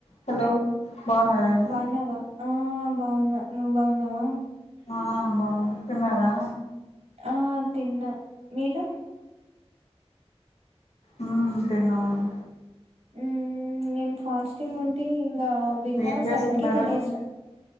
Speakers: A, on the left; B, on the right.
A: హలో బాగున్నారండి
B: బాగున్నావా ఆ బాగున్నా నువ్వు బాగున్నావా
A: ఆ బాగున్నా తిన్నారా
B: ఆ తిన్నా మీరు
A: ఉ తినం అండీ
B: ఉమ్ నేను ఫాస్టింగ్ ఉం టి ఇంకా బిన్న
A: ఏం చేస్తున్నారు
B: సెవెన్ కి తినేసాం